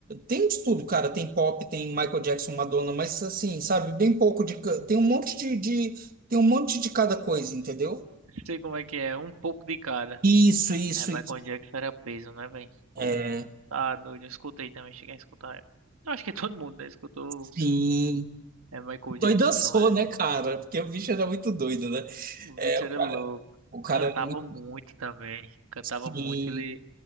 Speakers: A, on the right; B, on the right.
A: tem de tudo, cara. Tem pop, tem Michael Jackson, Madonna, mas assim, sabe, bem pouco de. ca- Tem um monte de, de- tem um monte de cada coisa, entendeu?
B: Sei como é que é, um pouco de cada.
A: Isso, isso,
B: É, Michael
A: isso.
B: Jackson era peso, né, velho? Pô,
A: É,
B: tá doido, eu escutei também, cheguei a escutar. Eu acho que todo mundo, né, escutou
A: sim.
B: é Michael
A: Doido
B: Jackson,
A: dançou,
B: então é.
A: né, cara? Porque o bicho era muito doido, né?
B: O
A: É,
B: bicho
A: o
B: era
A: cara,
B: louco.
A: o cara
B: Cantava
A: era muito.
B: muito também. Cantava
A: Sim,
B: muito, ele